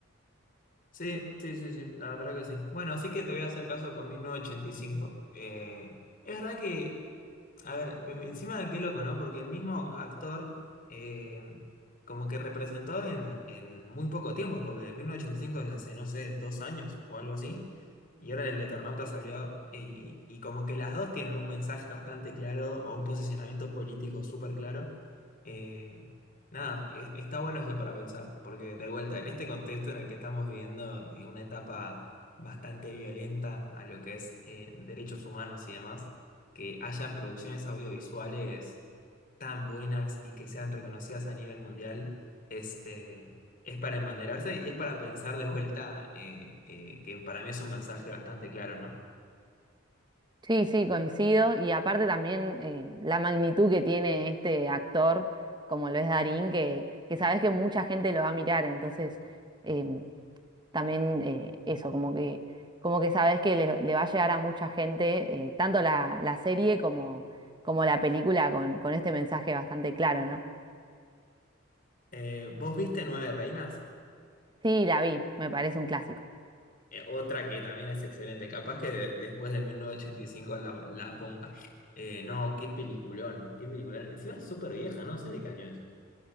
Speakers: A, on the left; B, on the right.
A: Sí, sí, sí, sí, la verdad que sí. Bueno, así que te voy a hacer caso con 1985. Eh, es verdad que a ver, en- encima qué loco, ¿no? Porque el mismo actor eh, como que representó en, en muy poco tiempo, porque 1985 es hace, no sé, dos años o algo así, y ahora el Eternauta salió y, y como que las dos tienen un mensaje bastante claro o un posicionamiento político súper claro. Eh, nada, es- está bueno eso para pensar, porque de vuelta, en este contexto en el que estamos viviendo eh, una etapa bastante violenta a lo que es eh, derechos humanos y demás que hayan producciones audiovisuales tan buenas y que sean reconocidas a nivel mundial es, eh, es para embanderarse y es para pensar de vuelta, eh, eh, que para mí es un mensaje bastante claro, ¿no?
B: Sí, sí, coincido. Y aparte también eh, la magnitud que tiene este actor, como lo es Darín, que, que sabes que mucha gente lo va a mirar. Entonces, em, también eh, eso, como que, como que sabes que le, le va a llegar a mucha gente, eh, tanto la, la serie como, como la película, con, con este mensaje bastante claro, ¿no?
A: Eh, ¿vos viste Nueve Reinas?
B: Sí, la vi, me parece un clásico.
A: Eh, otra que también es excelente, capaz que de- después de 1985 la, la ponga. Eh, no, qué peliculón, qué peliculón. Encima es súper vieja, no sé de qué año es.